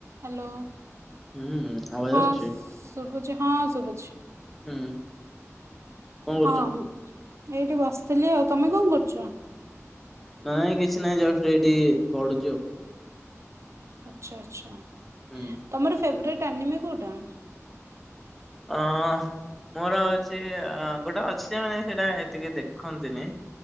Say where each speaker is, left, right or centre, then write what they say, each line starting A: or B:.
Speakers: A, on the right; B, in the centre.
A: ହ୍ୟାଲୋ
B: ହୁଁ ଆବାଜ
A: ହଁ
B: ଆସୁଛି
A: ଶୁଭୁଛି। ହଁ ଶୁଭୁଛି
B: ହୁଁ କଣ କରୁଛ?
A: ହଁ ଏଇଠି ବସିଥିଲି, ଆଉ ତମେ କଣ କରୁଛ?
B: ନାଇଁ କିଛି ନାଇଁ ଜଷ୍ଟ ଏଇଠି ଗଡୁଚି ଆଉ।
A: ଆଛା ଆଛା
B: ହୁଁ।
A: <inaudible> ତମର ଫେବ୍ରେଡ଼୍ ଟାନମେ କୋଉଟା?
B: ଅ ମୋର ହୋଉଚି ଅ ଗୋଟେ ଅଛି ଯେ ମାନେ ସେଟା ଏତେ କେହି ଦେଖନ୍ତିନି।